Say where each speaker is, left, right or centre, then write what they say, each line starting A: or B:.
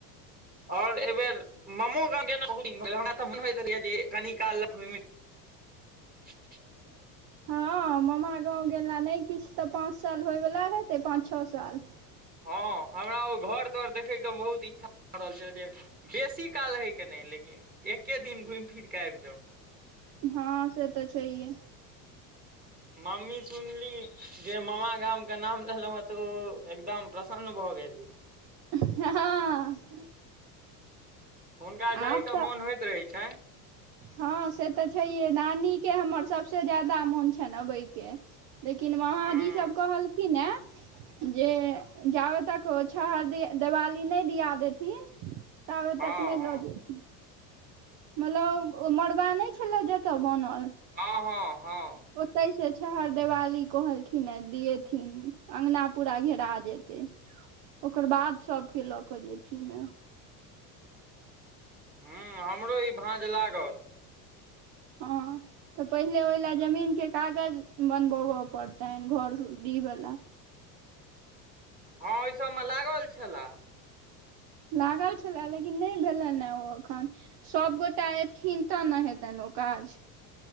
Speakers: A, on the right; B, on the right.
A: और ए बेर मामो गां जेनांग हमरा त होइत <unintelligible> <inaudible>
B: हँ ममा गाँव गेला नहि किछ तऽ पाँच साल होइवला हेतै पाँच छओ साल
A: हँ हमरा ओ घर तर देखैके बहुत इच्छा भऽ रहल छय जे बेसी काल हय के नहि लेकिन एके दिन घुमि फिर के आबि जाउ
B: हँ से तऽ छैेय
A: मम्मी सुनली जे मामा गामके नाम लेलहुँ हँ तऽ ओ एकदम प्रसन्न भऽ गेल
B: हँ हं हं
A: हुनका जायके
B: आब तऽ
A: मोन होइत रहै छैय
B: हँ से तऽ छैहे नानीके हमर सभसँ ज्यादा मोन छनि अबयके लेकिन महाजीसभ
A: हूँ
B: कहलखिन हें जे जाबे तक ओ छहर देवाली नहि दिया देथिन तावे
A: हँ
B: तक नैय
A: हँ
B: लऽ ज मलौ ओ मड़बा नै छलौ जतऽ बनल
A: हँ हँ हँ
B: ओतै से छहर देवाली कहलखिन ह दियैथिन अंगना पुरा घेरा जेतै ओकर बाद सबके ल के जेथिन रेहा
A: हूँ हमरो ई भाँज लागल
B: हँ तऽ पहिले ओहि ल जमीन के कागज बनबोह पड़तै घरडी वला
A: हँ ओहि सबमे लागल छलए
B: लागल छलए लेकिन नै भेले ने ओ एखन सभगोटा एथिन तऽ ने हेतनि ओ काज